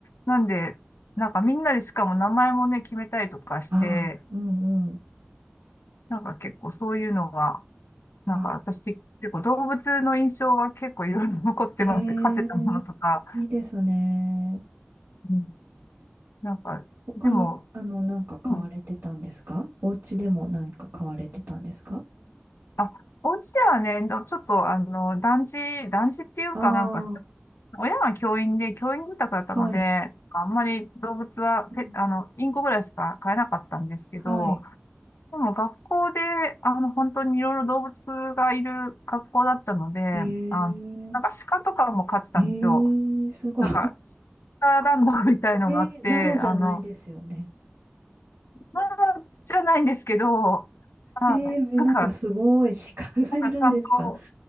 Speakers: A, on the left; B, on the right.
A: なんで、なんかみんなでしかも名前もね、決めたりとかして、
B: あ、うんうん。
A: なんか結構そういうのが、なんか私結構動物の印象は結構いろいろ残ってます。
B: あ、へ
A: 勝てたものとか。
B: え、いいですね。
A: うんなんか、
B: 他に、
A: でも、
B: あの、なんか買われてたんですかお家でも何か買われてたんですか
A: うん。あ、お家ではね、どちょっと、あの、団地、団地っていうかなんか、
B: ああ
A: 親が教員で、教員住宅だったので、
B: ー、はい。
A: あんまり動物は、
B: うん
A: ペあの、インコぐらいしか飼えなかったんですけど、
B: はい。
A: でも学校で、あの、本当にいろいろ動物がいる学校だったので、
B: えー、
A: あの、なんか鹿とかも飼ってたんですよ。
B: ええ、すごい。
A: なんか、鹿ランドみたいのがあって、
B: <laughs> えー、奈良じゃないですよね。
A: あの、まあ、じゃないんですけど、あ、
B: えー、
A: なんか、
B: なんかすごい鹿がいるんですか
A: なんかちゃんと、